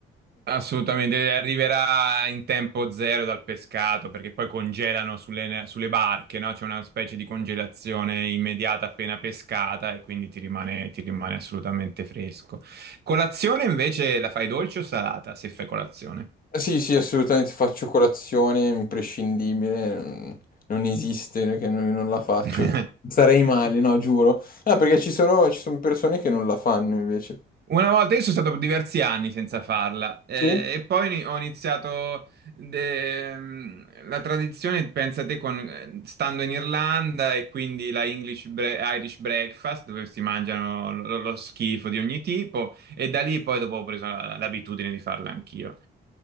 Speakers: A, on the right; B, on the left.
A: Assolutamente, arriverà in tempo zero dal pescato perché poi congelano sulle, sulle barche, no? C'è una specie di congelazione immediata appena pescata e quindi ti rimane, ti rimane assolutamente fresco. Colazione invece la fai dolce o salata se fai colazione?
B: Eh, Sì, sì, assolutamente faccio colazione, imprescindibile, mm, non esiste che non, non la faccio.
A: <laughs>
B: Sarei male, no, giuro. Ah, perché ci sono, ci sono persone che non la fanno invece.
A: Una volta io sono stato per diversi anni senza farla eh,
B: Sì?
A: e poi ni- ho iniziato de- mm, la tradizione, pensate, con, eh, stando in Irlanda e quindi la English bre- Irish breakfast dove si mangiano lo, lo schifo di ogni tipo e da lì poi dopo ho preso la- l'abitudine di farla anch'io.